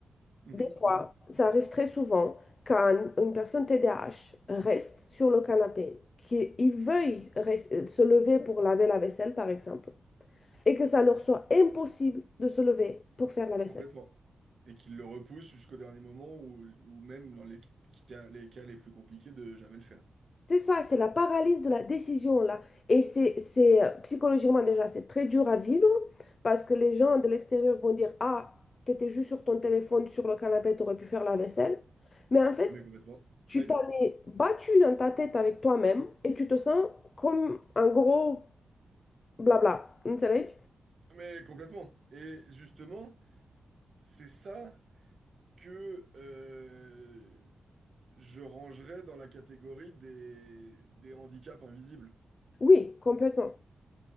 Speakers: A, on the right (about 55°); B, on the left (about 40°).
A: Mhm,
B: Des fois,
A: mhm,
B: ça arrive très souvent quand une personne T D A H reste sur le canapé, qu'il veuille res- se lever pour laver la vaisselle, par exemple, et que ça leur soit impossible de se lever pour faire la vaisselle.
A: complètement. Et qu'il le repousse jusqu'au dernier moment ou, ou même dans les cas, les cas les plus compliqués de jamais le faire.
B: C'est ça, c'est la paralysie de la décision là. Et c'est, c'est euh, psychologiquement déjà, c'est très dur à vivre parce que les gens de l'extérieur vont dire, Ah, t'étais juste sur ton téléphone, sur le canapé, t'aurais pu faire la vaisselle. Mais en fait,
A: Ah mais complètement.
B: tu
A: Ouais.
B: t'en es battu dans ta tête avec toi-même et tu te sens comme un gros blabla. Vous savez?
A: Ah, Mais complètement. Et justement, c'est ça que euh, je rangerais dans la catégorie des, des handicaps invisibles.
B: Oui, complètement.